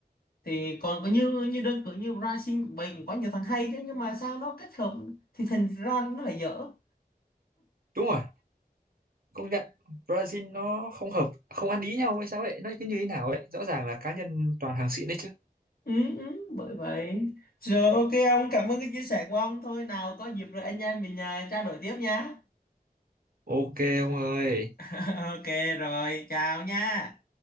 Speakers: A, on the left; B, on the right.
A: thì còn có như như đơn cử như Brazil cũng vậy cũng có nhiều thằng hay chứ nhưng mà sao nó kết hợp thì thành ra nó lại dở
B: đúng rồi công nhận Brazil nó không hợp không ăn ý nhau hay sao ấy nó cứ như thế nào ấy rõ ràng là cá nhân toàn hàng xịn đấy chứ
A: ừ, ừ, bởi vậy rồi ok ông cảm ơn cái chia sẻ của ông thôi nào có dịp rồi anh em mình à, trao đổi tiếp nhá
B: ok ông ơi
A: <laughs> ok rồi chào nha